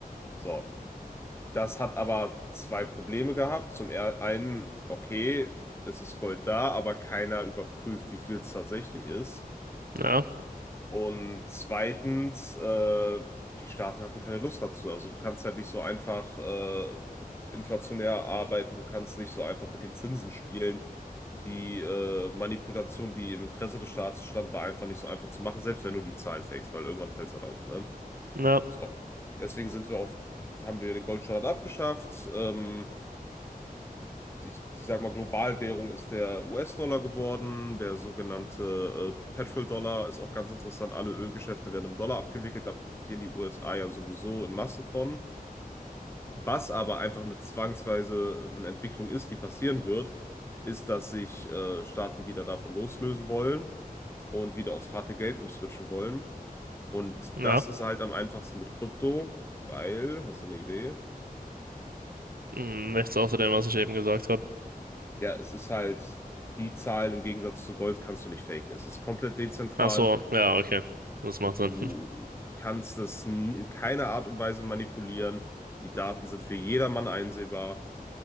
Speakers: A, on the left; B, on the right.
A: So, das hat aber zwei Probleme gehabt. Zum er- einen, okay, es ist Gold da, aber keiner überprüft, wie viel es tatsächlich ist.
B: Ja,
A: Und zweitens, äh, die Staaten hatten keine Lust dazu. Also du kannst halt nicht so einfach äh, inflationär arbeiten, du kannst nicht so einfach mit den Zinsen spielen. Die äh, Manipulation, die im Interesse des Staates stand, war einfach nicht so einfach zu machen, selbst wenn du die Zahlen fakest, weil irgendwann fällt es halt auf, ne?
B: ja,
A: So. Deswegen sind wir auf, haben wir den Goldstandard abgeschafft. Ähm, ich, ich sag mal, Globalwährung ist der US-Dollar geworden, der sogenannte äh, Petrol-Dollar ist auch ganz interessant. Alle Ölgeschäfte werden im Dollar abgewickelt, da profitieren die USA ja sowieso in Massen von. Was aber einfach eine zwangsweise eine Entwicklung ist, die passieren wird, ist, dass sich äh, Staaten wieder davon loslösen wollen und wieder aufs harte Geld umswitchen wollen. Und
B: ja.
A: das ist halt am einfachsten mit Krypto, weil, hast du eine Idee?
B: Hm, Nichts außer dem, was ich eben gesagt habe.
A: Ja, es ist halt, die Zahlen im Gegensatz zu Gold kannst du nicht faken. Es ist komplett dezentral.
B: Ach so, ja, okay. Das macht Sinn.
A: Du kannst es n- in keiner Art und Weise manipulieren. Die Daten sind für jedermann einsehbar.